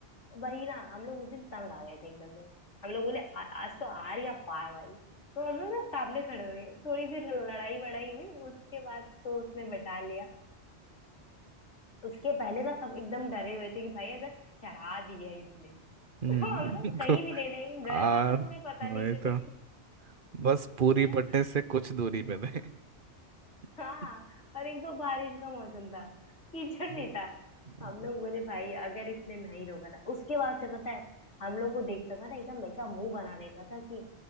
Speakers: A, on the left; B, on the right.
A: वही ना हम लोग उस दिन तंग आ गए थे एकदम से हम लोग बोले "आ- आज तो आर या पार भाई तो हम लोग ना सामने खड़े हुए थोड़ी देर लड़ाई बड़ाई हुई उसके बाद तो उसने बिठा लिया उसके पहले ना सब एकदम डरे हुए थे कि भाई अगर चढ़ा दिया इसने <laughs>
B: हम्म
A: तो हम लोग कहीं
B: <laughs> को-
A: भी नहीं रहेंगे
B: आ
A: घर वालों को भी पता
B: वही
A: नहीं चलेगी
B: तो बस पूरी
A: <laughs>
B: बटने से कुछ दूरी पे थे
A: हाँ
B: <laughs>
A: और एक तो बारिश का मौसम था कीचड़
B: हम्म,
A: भी था
B: नहीं
A: हम
B: तो-
A: लोग बोले भाई अगर इसने नहीं रोका ना उसके बाद से पता है हम लोग को देखता था ना एकदम ऐसा मुंह बना लेता था कि